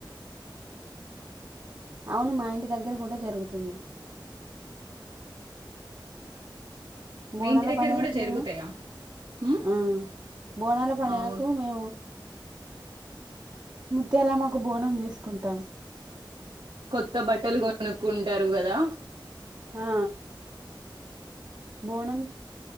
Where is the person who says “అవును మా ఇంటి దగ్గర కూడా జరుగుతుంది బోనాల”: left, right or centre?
Right